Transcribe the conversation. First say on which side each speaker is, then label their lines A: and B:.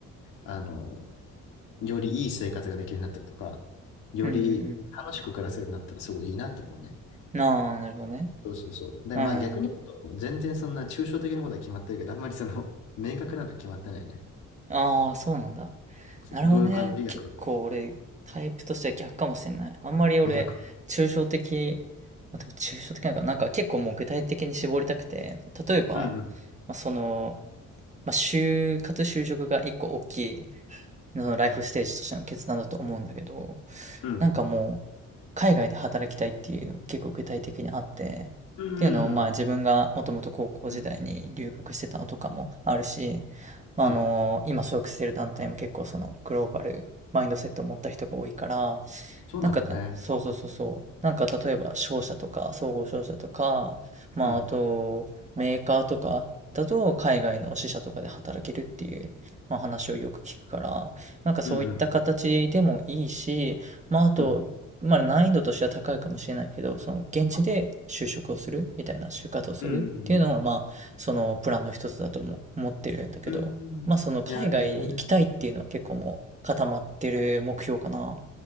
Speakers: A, on the left (about 85°); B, on the right (about 25°).
A: あの、よりいい生活ができるようになったりとか、より楽しく暮らせるようになったらすごいいいなと思うね。
B: うんうんうんああ、なるほどね。
A: そうそうそう。で、
B: うん。
A: まあ逆に言うと、全然そんな抽象的なことは決まってるけど、あんまりその、<laughs> 明確なのは決まってないね。
B: ああ、そうなんだ。
A: そう、
B: なるほどね。
A: どういう感じ逆に。
B: 結構俺、タイプとしては逆かもしれない。あんまり俺、
A: お逆に。
B: 抽象的、まあ、でも抽象的なのかな、なんか結構もう具体的に絞りたくて、例えば、
A: うん
B: まあ、その、まあ、就活就職が一個大きいのライフステージとしての決断だと思うんだけど、
A: うん。うん。
B: なんかもう、海外で働きたいっていうのが結構具体的にあって、っていうのをまあ自分がもともと高校時代に留学してたのとかもあるし、
A: うん。うん。
B: まあ、
A: うん
B: あの今所属している団体も結構そのグローバルマインドセットを持った人が多いから、
A: そうなんだね。
B: なんかな、そうそうそうそう。なんか例えば商社とか、総合商社とか、まああとメーカーとかだと海外の支社とかで働けるっていう、
A: うん。
B: まあ、話をよく聞くから、なんかそういった形でもいいし、
A: うんうん。
B: まあ、あと、
A: うん。
B: まあ、難易度としては高いかもしれないけど、その現地で就職をするみたいな、就活をするっていうのを、
A: うんうんうん。
B: まあ、そのプランの一つだとも思ってるんだけど、
A: うんいや、
B: まあ、その海外行きたいっていうのは結構もう固まってる目標かな。
A: なるほどね。